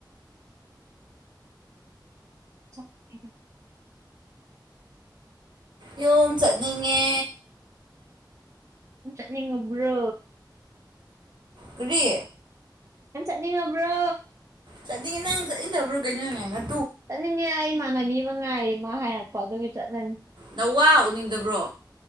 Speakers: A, on the right; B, on the right.
A: <inaudible>
B: ꯌꯣꯝ ꯆꯠꯅꯤꯡꯉꯦ
A: ꯑꯝ ꯆꯠꯅꯤꯡꯉꯕ꯭ꯔꯣ
B: ꯀꯔꯤ
A: ꯌꯥꯝ ꯆꯠꯅꯤꯡꯉꯕ꯭ꯔꯣ
B: ꯆꯠꯅꯤꯡꯉꯦ ꯅꯪ ꯆꯠꯅꯤꯡꯗꯕ꯭ꯔꯣ ꯀꯩꯗꯅꯣꯅꯦ ꯅꯠ
A: ꯆꯠꯅꯤꯡꯉꯦ ꯑꯩ ꯏꯃꯥꯟꯅꯕꯤ ꯑꯃ ꯉꯥꯏꯔꯤ ꯃꯥ ꯍꯥꯏꯔꯛꯄ ꯑꯗꯨꯒꯤ ꯆꯠꯂꯅꯤ
B: ꯅꯋꯥ ꯎꯅꯤꯡꯗꯕ꯭ꯔꯣ